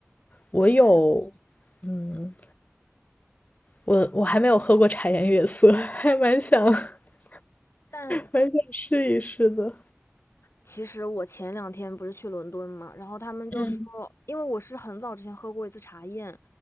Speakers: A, on the left; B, on the left.
A: 我有，
B: 嗯，
A: 嗯，我我还没有喝过茶颜悦色，<laughs> 还蛮想 <laughs>
B: 但
A: 蛮想试一试的。
B: 其实我前两天不是去伦敦嘛，然后他们就说，
A: 嗯
B: 因为我是很早之前喝过一次茶宴，